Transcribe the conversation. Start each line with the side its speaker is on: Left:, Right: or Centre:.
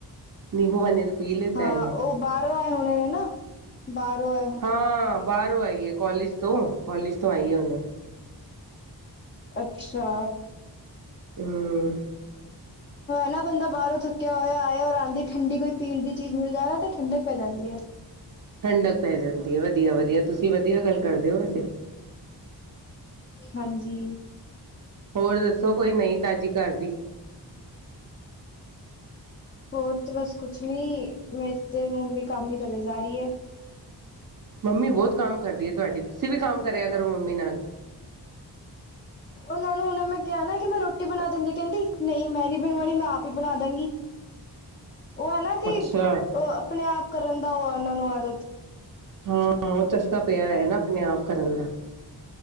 Right: ਨਿੰਬੂ ਪਾਣੀ ਦਾ ਪੀ ਲਿੱਤਾ
Left: ਹਾਂ
Right: ਇਹਨੇ।
Left: ਬਾਹਰੋਂ ਆਏ ਹੁਣੇ ਨੇ ਨਾ। ਬਾਹਾਰੋਂ ਆਓ
Right: ਹਾਂ ਬਾਹਰੋਂ ਆਈਏ ਕਾਲਜ ਤੋਂ, ਕਾਲਜ ਤੋਂ ਆਈਏ ਹੁਨੇ।
Left: ਅੱਛਾ।
Right: ਹਮ। ਹਮ।
Left: ਨਾ ਬੰਦਾ ਬਾਹਰੋਂ ਥੱਕਿਆ ਹੋਇਆ ਆਏ, ਔਰ ਆਉਂਦੀ ਠੰਡੀ ਕੋ ਪੀਣ ਦੀ ਚੀਜ਼ ਮਿਲ ਜਾਏ ਨਾ, ਤਾਂ ਠੰਡਕ ਪੈ ਜਾਂਦੀ ਹੈ।
Right: ਠੰਡਕ ਪੈ ਜਾਂਦੀ ਹੈ। ਵਧੀਆ-ਵਧੀਆ ਤੁਸੀਂ ਵਧੀਆ ਗੱਲ ਕਰਦੇ ਹੋ ਵੈਸੇ।
Left: ਹਾਂਜੀ।
Right: ਹੋਰ ਦੱਸੋ ਕੋਈ ਨਹੀਂ ਤਾਜ਼ੀ ਘਰ ਦੀ।
Left: ਹੋਰ ਤਾਂ ਬਸ ਕੁਛ ਨਹੀਂ, ਮੇਰੇ ਤਾਂ ਮੰਮੀ ਕੰਮ ਹੀ ਕਰੇ ਜਾ ਰਹੀ ਹੈ।
Right: ਮੰਮੀ ਬਹੁਤ ਕੰਮ ਕਰਦੀ ਹੈ ਤੁਹਾਡੀ, ਤੁਸੀਂ ਵੀ ਕੰਮ ਕਰਿਆ ਕਰੋ ਮੰਮੀ ਨਾਲ।
Left: ਉਹਨਾਂ ਨੂੰ ਹੁਨੇ ਮੈਂ ਕਿਹਾ ਨਾ ਕਿ ਮੈਂ ਰੋਟੀ ਬਣਾ ਦਿੰਦੀ, ਕਹਿੰਦੀ ਨਹੀਂ ਮੈਂ ਨੀ ਬਣਵਾਉਣੀ, ਮੈਂ ਆਪ ਹੀ ਬਣਾ ਦਾਂਗੀ। ਉਹ ਹੈ ਨਾ ਕਿ
Right: ਅੱਛਾ ਹੂੰ
Left: ਆਪਣੇ ਆਪ ਕਰਨ ਦਾ ਉਹ ਉਹਨਾਂ ਨੂੰ ਆਦਤ।
Right: ਹਾਂ ਉਹ ਚਸਕਾ ਪਿਆ ਹੋਇਆ ਨਾ ਆਪਣੇ ਆਪ ਕਰਨ ਦਾ।